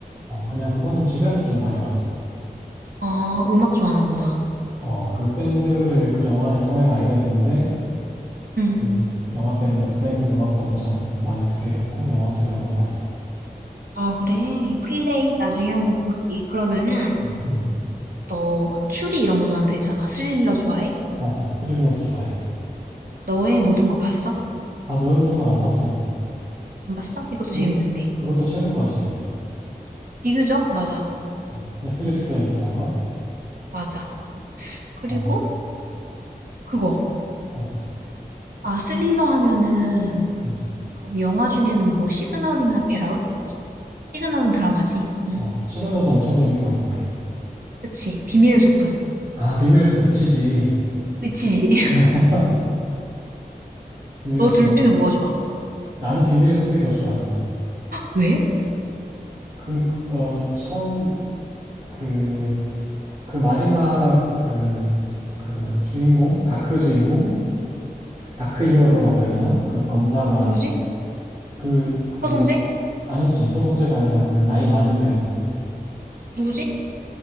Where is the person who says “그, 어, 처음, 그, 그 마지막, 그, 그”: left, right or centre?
Right